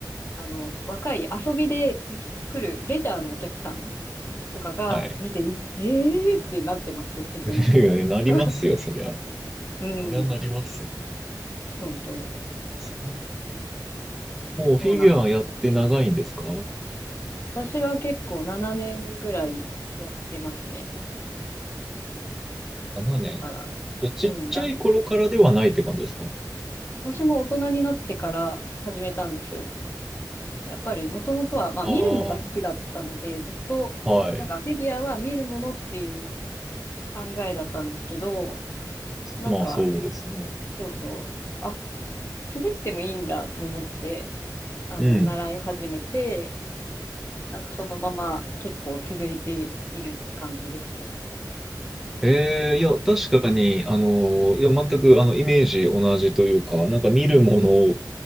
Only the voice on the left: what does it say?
あの、若い遊びでき来るレジャーのお客さんとかが見て、
ええーってなってます、いつも。
<laughs>
うん、
そうそう、
そうなんですよ。私は結構7年ぐらいやってますね。
だから、
うん、なん私も大人になってから始めたんですよ。やっぱりもともとは、まあ見るのが好きだったので、
ずっと、
なんかフィギュアは見るものっていう考えだったんですけど、なんか、
そうそう、あ、滑ってもいいんだと思って、あの、
習い始めて、なんかそのまま結構続いているって感じですね。